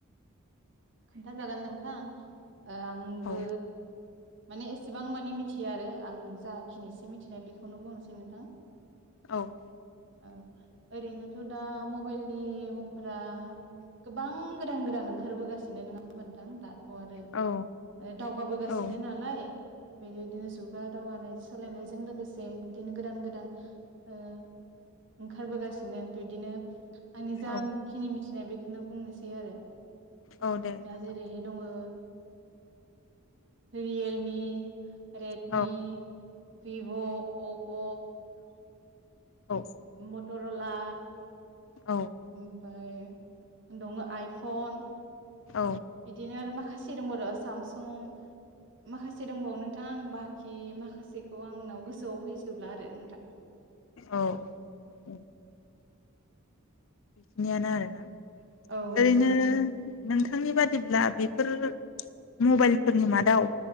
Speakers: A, on the right; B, on the left.
A: खोन्था जागोन नोंथां ओ आंबो
B: औ
A: माने एसेबां मानि मिथियो आरो आं जाखिनिसे मिथिनाय बेखौनो बुंनोसै नोंथां
B: औ दे
A: औ ओरैनोथ' दा मबाइलनि मुंफोरा गोबां गोदान गोदान ओंखारबोगासि सिनो नङा नोंङा होमबा नोंथां दा थ' आरो
B: औ
A: ओ दावगाबोगासिनो
B: औ
A: नालाय बेदिबायदिनो जुगा दावगानाय सोलायनायजों लोगोसे बिदिनो गोदान गोदान ओ ओंखारबोगासिनो बिबदिनो आंनि जाखिनि
B: औ
A: मिथिनाय बेख बेखौनो बुंनोसै आरो
B: औ दे
A: दा
B: नोंथां
A: जेरैहाय दङ ओ रियेलमि रेडमि,
B: औ
A: भिभ', अप'
B: औ
A: मटर'ला
B: औ
A: ओमफ्राय दङो आइफन
B: औ
A: बिदिनो आरो माखा खासि दंब र' सामसुं माखासे दंबावो नोंथां आं मा खि माखासेखौ आंनाव गोसोआव फैजोबला आरो नोंथां
B: औ औ बिनियानो आरोना
A: औ
B: ओरैनो
A: नंगौ नोंथां
B: नोंथांनि बादिब्ला बेफोर मबाइलफोरनि मादाव